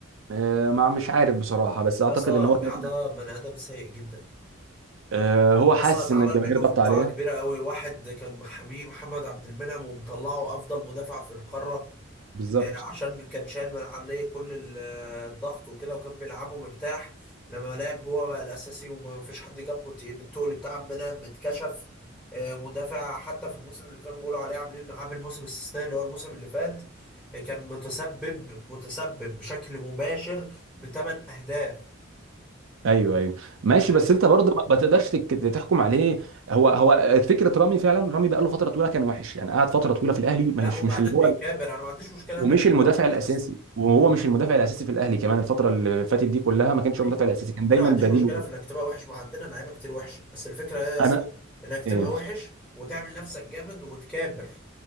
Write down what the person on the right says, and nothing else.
آه، ما مش عارف بصراحة بس أعتقد
إن هو
كده كده
آه، هو حاسس
إن الجماهير
ضغط
عليه
بالظبط
أيوه أيوه ماشي
بس أنت برضه ما ما تقدرش تك- تحكم عليه هو هو فكرة رامي فعلا رامي بقى له فترة طويلة كان وحش يعني قعد فترة طويلة في الأهلي ما-
مش
مش اللي هو
ومش
المدافع
الأساسي
وهو مش المدافع الأساسي في الأهلي كمان الفترة اللي فاتت دي كلها ما كانش
هو المدافع الأساسي كان دايما
بديل
وكده
أنا
إيه